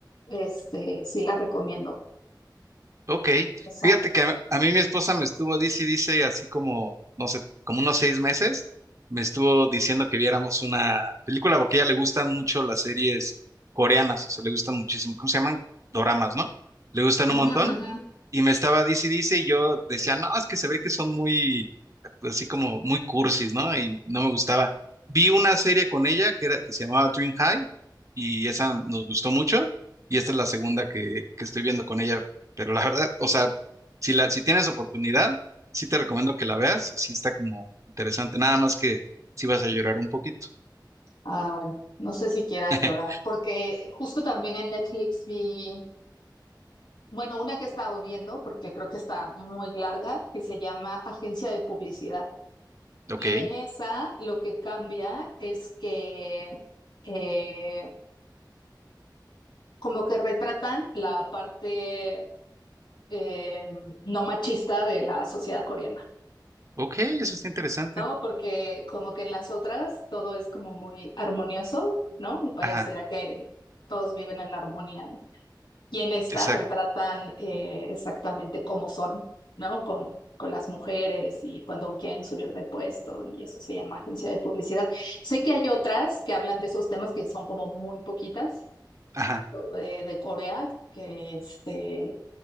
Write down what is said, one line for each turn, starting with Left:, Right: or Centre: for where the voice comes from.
Left: este, sí la recomiendo.
Right: Ok,
Left: O sea,
Right: fíjate que a, a mí mi esposa me estuvo, dice y dice, así como, no sé, como unos seis meses, me estuvo diciendo que viéramos una película porque a ella le gustan mucho las series coreanas, o sea, le gustan muchísimo, ¿cómo se llaman? Doramas, ¿no? Le gustan
Left: Ujú,
Right: un montón
Left: ujú.
Right: y me estaba dice y dice, y yo decía, no, es que se ve que son muy, pues, así como muy cursis, ¿no? Y no me gustaba. Vi una serie con ella que, era, que se llamaba Dream High, y esa nos gustó mucho, y esta es la segunda que, que estoy viendo con ella, pero la verdad, o sea, si, la, si tienes oportunidad, sí te recomiendo que la veas, sí está como interesante, nada más que sí vas a llorar un poquito.
Left: ah, bueno, no sé si quiera
Right: <laughs>
Left: llorar, porque justo también en Netflix vi, bueno, una que he estado viendo, porque creo que está muy larga, que se llama Agencia de Publicidad.
Right: Ok,
Left: Y en esa lo que cambia es que eh, como que retratan la parte eh, no machista de la sociedad coreana,
Right: ok, eso está interesante.
Left: ¿no? Porque como que en las otras todo es como muy armonioso, ¿no? Y pareciera
Right: Ajá,
Left: que todos viven en armonía, ¿no? Y en esta
Right: exacto,
Left: retratan eh, exactamente cómo son, ¿no? Con, con las mujeres y cuando quieren subir de puesto y eso se llama agencia de publicidad. Sé que hay otras que hablan de esos temas que son como muy poquitas
Right: ajá,
Left: o de, de Corea que, este,